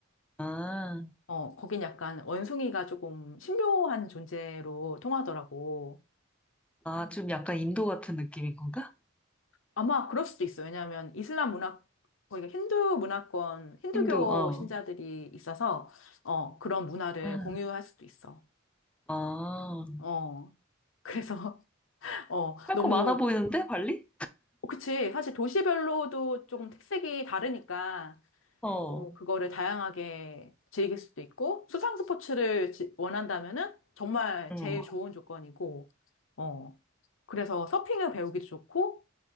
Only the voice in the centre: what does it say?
아,
아, 좀 약간 인도 같은 느낌인 건가?
힌두, 어.
응.
아,
할
거 많아 보이는데, 발리?
어,
응.